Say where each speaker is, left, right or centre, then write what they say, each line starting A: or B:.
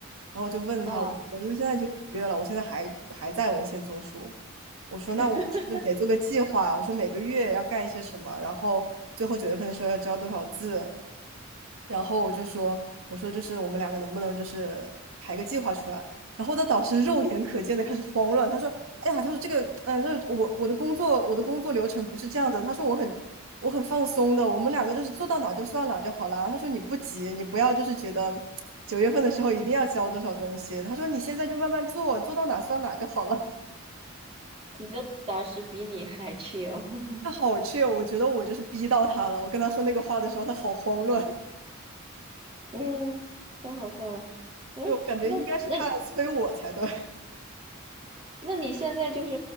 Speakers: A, on the right; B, on the right.
A: 然后我就问他我说，
B: 嗯，
A: 因为现在已经五月了，我现在还还在文献综述，我说那我们是不是得做个计划？
B: <laughs>
A: 我说每个月要干一些什么，然后最后九月份的时候要交多少字，然后我就说，我说就是我们两个能不能就是排个计划出来？然后我的导师肉眼可见的开始慌乱，他说：“哎呀，他说这个，嗯、呃，就是我我的工作我的工作流程不是这样的。”他说我很我很放松的，我们两个就是做到哪就算哪就好啦。他说你不急，你不要就是觉得九月份的时候一定要交多少东西。他说你现在就慢慢做，做到哪算哪就好了。
B: 你的导师比你还 chill。<laughs>
A: 他好 c h 我觉得我就是逼到他了。我跟他说那个话的时候，他好慌乱，<laughs>
B: 嗯，太好笑了。哎，
A: 对我感觉应该是他来催我才对。
B: 那那那你现在就是